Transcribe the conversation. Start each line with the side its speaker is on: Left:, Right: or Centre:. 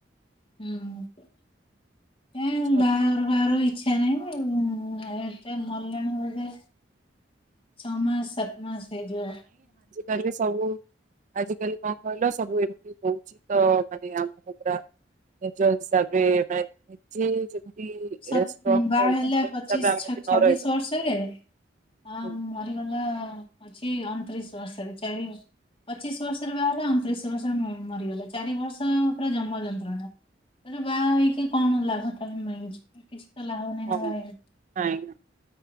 Left: ହୁଁ ଏ
Right: ଛାଡ
Left: ବା ଇଛା ନାହିଁ ଏବେ ମଲାଣୀ ଭଜ ଛମାସ ସାତମାସ ହୋଈଯିବ
Right: ଡାଲି ସବୁ ଆଜିକାଲି କଣ କହିଲ ସବୁ ଏମିତି ହୋଉଚି ତ ମାନେ ଆମକୁ ପୁରା ନିଜ ହିସାବରେ <unintelligible>
Left: ସତ
Right: ଷ୍ଟ୍ରଙ୍ଗ
Left: ବାହା
Right: ରହିବ
Left: ହେଲା
Right: ସେଇ
Left: ପଚିଶ
Right: ହିସାବରେ ଆମେ ଯଦି ନ
Left: ଛବିଶ
Right: ରହିବା
Left: ବର୍ଷରେ ହଁ
Right: ହୁଁ,
Left: ମରିଗଲା ଅଛି ଅଣତିରିଶ ବର୍ଷରେ ଚାରି ବର୍ଷ ପଚିଶ ବର୍ଷରେ ବାହା ହେଲା ଅଣତିରିଶ ବର୍ଷରେ ମରିଗଲା ଚାରି ବର୍ଷ ପୁରା ଜମ ଯନ୍ତ୍ରଣା ତାରେ ବାହା ହେଇକି କଣ ଲାଭ ତାକୁ ମିଳୁଚି କିଛି ତ ଲାଭ ନାହିଁ
Right: ହଁ
Left: ନା ବାହା ହେଇକି।
Right: <unintelligible>